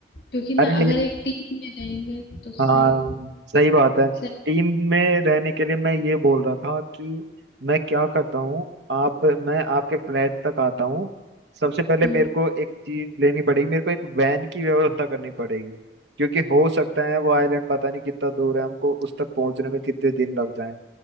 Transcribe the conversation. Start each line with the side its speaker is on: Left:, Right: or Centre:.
Left: क्योंकि ना
Right: अरे
Left: अगर एक टीम में रहेंगे तो सही
Right: हाँ सही बात है
Left: सही
Right: टीम में रहने के लिए मैं ये बोल रहा था कि मैं क्या करता हूँ आप मैं आपके फ्लैट तक आता हूँ सबसे पहले
Left: हम्म
Right: मेरे को एक चीज लेनी पड़ेगी मेरे को एक वैन की व्यवस्था करनी पड़ेगी क्योंकि हो सकता है वो आइलैंड पता नहीं कितना दूर है हमको उस तक पहुंचने में कितने दिन लग जाए